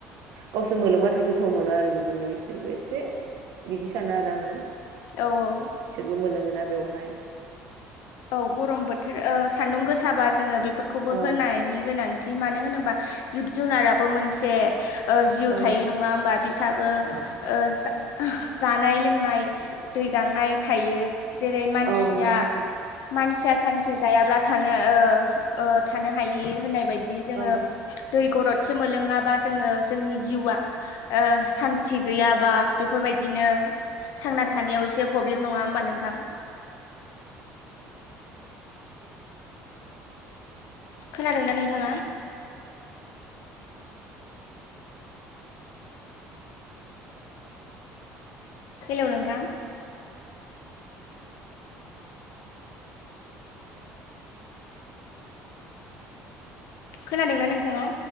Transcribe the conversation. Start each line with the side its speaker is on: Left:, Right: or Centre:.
Right: गावसोर मोनलोंबाथाय गोथाव मोनो आरो बिदिनो बिसोरबो एसे बिदि सानो आरो आङो।
Left: औ औ।
Right: बो मोनलोङोना बेवहाय।
Left: औ गरम बोथोर ओ सान्दुं गोसाबा जोङो बेफोरखौबो
Right: औ
Left: होनायनि गोनां थि मानो होनोबा जिब जुनाराबो मोनसे ओ जिउ
Right: औ
Left: थायो नङा होमबा बिसाबो
Right: औ
Left: ओ जा जानाय लोंनाय दै गांनाय थायो जेरै मानसिया
Right: औ नंगौ नोंथां
Left: मानसिया सानसे जायाब्ला थानो ओ ओ थानो हायि होननाय बायदि जोङो
Right: औ
Left: दै गरदसो मोनलोङाबा जोङो जोंनि जिउआ सान्थि गैयाबा बेफोरबाय दिनो थांना थानायाव एसे प्रब्लेम नङा होमबा नोंथां?
Right: <inaudible>
Left: खोनादोंना नोंथाङा? हेल' नोंथां? खोनादोंना नोंथाङा?